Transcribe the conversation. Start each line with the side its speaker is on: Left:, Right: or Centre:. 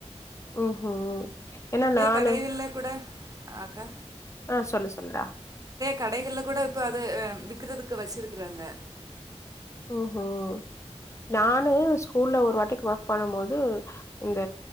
Left: ம் ம் என்ன நானு
Right: கடைகள்ல கூட ஆ கா
Left: ஆ சொல்லு சொல்லு றா
Right: கடைகள்ல கூட இப்ப அத விக்குறதுக்கு வச்சிருக்குறாங்க
Left: உம் ம் நானு ஸ்கூல்ல ஒரு வாட்டிக்கு ஒர்க் பண்ணு போது இந்த